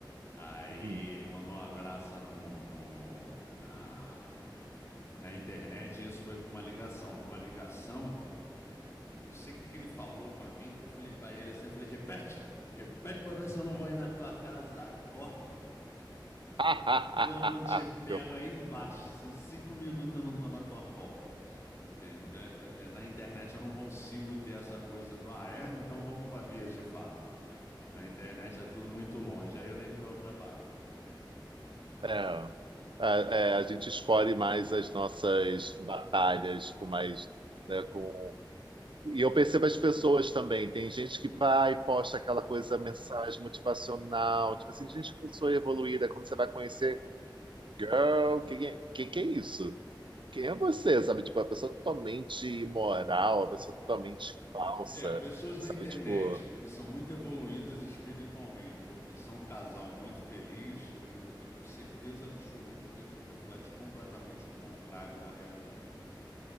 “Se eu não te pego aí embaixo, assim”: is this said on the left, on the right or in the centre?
Left